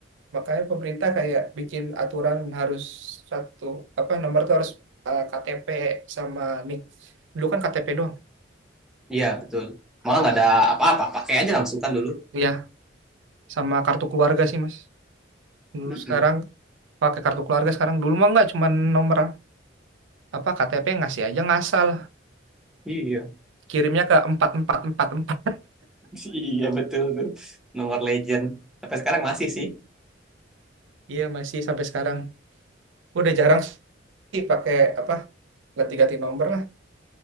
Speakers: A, on the right; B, in the centre.
A: makanya pemerintah kayak bikin aturan harus satu apa nomor tuh harus eh, KTP sama nih dulu kan KTP doang
B: Iya betul. Malah nggak ada apa-apa, pakai aja langsung kan dulu.
A: iya sama kartu keluarga sih mas dulu
B: Mm-mm.
A: sekarang pakai kartu keluarga sekarang dulu mah nggak cuman nomor apa KTP ngasih aja ngasal
B: Iya,
A: kirimnya ke empat empat empat empat
B: <laughs> iya betul tuh. Nomor legend. Tapi sekarang masih sih.
A: iya masih sampai sekarang udah jarang sih pakai apa ganti-ganti nomor lah